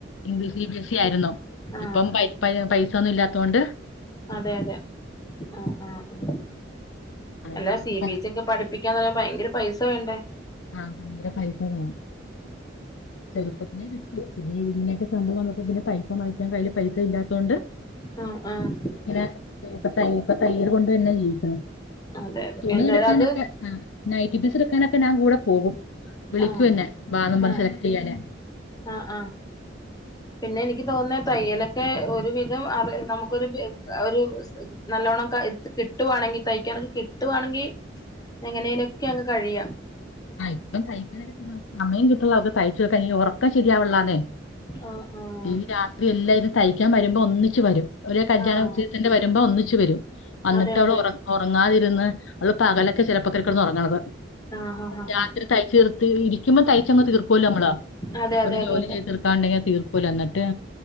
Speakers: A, on the left (about 85°); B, on the left (about 20°).
A: English C B S E ആയിരുന്നു
B: ആഹ്
A: ഇപ്പം പ പ ഠിത്തോന്നും ഇല്ലാത്തൊണ്ട്
B: അതെ അതെ ആഹ് ആഹ്
A: അങ്ങനെ
B: അല്ലാ സി ബി എസ് ക്ക് പഠിപ്പിക്കാന്ന് പറയുമ്പ ഭയങ്കര പൈസ വേണ്ടേ
A: ആ ഭയങ്കര പൈസ വേണം ചെറുപ്പത്തിനെ കിട്ടു പിന്നെ ചെറുപ്പത്തിലേ വിട്ടു പിന്നെ ഇങ്ങനെയൊക്കെ സംഭവം വന്നപ്പോ പിന്നെ പൈസ മറിക്കാൻ കൈയിൽ പൈസ ഇല്ലാ ത്തോണ്ട്
B: ആഹ് ആഹ്
A: ഇങ്ങനെ ഇപ്പ ഇപ്പം തയ്യൽ കൊണ്ട് പിന്നെ ജീവിക്കുന്നു
B: അതെ അതെ
A: തുണി
B: എന്തായാലും
A: എടുക്കാനൊക്കെ
B: അത്
A: ആ നൈറ്റ് പീസ് എടുക്കാനൊക്കെ ഞാൻ കൂടെ പോകും വിളിക്കൂന്നൊ
B: ആഹ്
A: ബാ വന്ന്
B: ആഹ്
A: സെലക്ട് ചെയ്യാനെ
B: ആഹ് ആഹ് പിന്നെ എനിക്ക് തോന്നുന്ന തയ്യലൊക്കെ ഒരുവിധം അറി നമുക്കൊരു ഒരു നല്ലോണക്കേ കിട്ടുവാണെങ്കിൽ തയ്ക്കാനൊക്കെ കിട്ടുവാണെങ്കിൽ എങ്ങനെലുക്കെ അങ്ങ് കഴിയാം
A: ആ ഇപ്പം തയിക്കാൻ സമ്മയം കിട്ടൂല്ല അവക്ക് തയി ഉറക്കം ശരിയാവുല്ലാനെ
B: ആഹ് ആഹ്
A: ഈ രാത്രി എല്ലാരും തയ്ക്കാൻ വരുമ്പോ ഒന്നിച്ച് വരും ഒരേ കല്യാണ
B: ആഹ്
A: സീസന്റെ വരുമ്പോ ഒന്നിച്ച് വരും വന്നിട്ട്
B: അതെ
A: അവള്
B: അതെ
A: ഉറ ഉറങ്ങാതിരുന്ന് അവള് പകലൊക്കെ ചെലപ്പൊക്കൊ ഉറങ്ങണത്
B: ആഹ് ആഹ് ആഹ്
A: രാത്രി
B: ആഹ്
A: തയ്ച്ച് തീർത്ത് ഇരിക്കുമ്പോ തയ്ച്ചങ്ങ് തീർക്കൂല്ലോ നമ്മള്
B: അതെ അതെ
A: ഒരു ജോലി
B: അതെ അതെ
A: ചെയ്ത് തീർക്കാണ്ടെങ്കിൽ തീർക്കൂല എന്നി ട്ട്